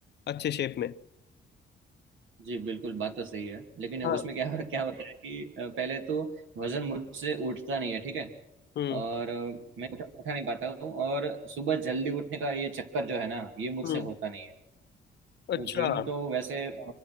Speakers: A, on the left; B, on the right.
A: अच्छे शेप में
B: जी बिल्कुल बात तो सही है लेकिन
A: हाँ
B: उसमें क्या क्या होता है कि अ, पहले तो वजन मुझसे उठता नहीं है ठीक है
A: हम्म
B: और मैं उठा, उठा नहीं पाता हूँ और सुबह जल्दी उठने का ये चक्कर जो है ना ये मुझसे
A: हम्म
B: होता नहीं है तो
A: अच्छा
B: जिम तो वैसे अ,